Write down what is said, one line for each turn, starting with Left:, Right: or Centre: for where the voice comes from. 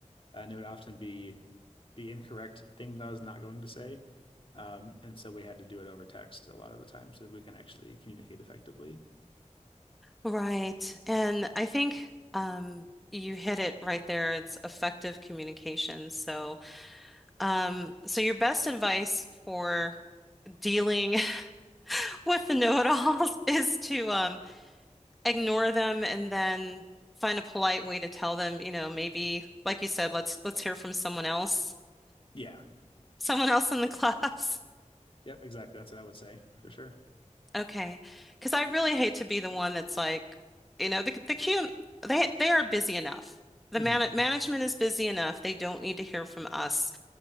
Left: and it would often be the incorrect thing that I was not going to say. Um, and so we had to do it over text a lot of the time so we can actually communicate effectively.
Centre: Right. And I think um, you hit it right there. It's effective communication. So, um, so your best advice for dealing <laughs> with the know-it-alls <laughs> is to um, ignore them and then find a polite way to tell them, you know, maybe, like you said, let's let's hear from someone else,
Left: Yeah.
Centre: someone else in the <laughs> class.
Left: Yep. Exactly. That's what I would say for sure.
Centre: Okay. Because I really hate to be the one that's like, you know, the the Q they they are busy enough. The
Left: hmm
Centre: man management is busy enough. They don't need to hear from us.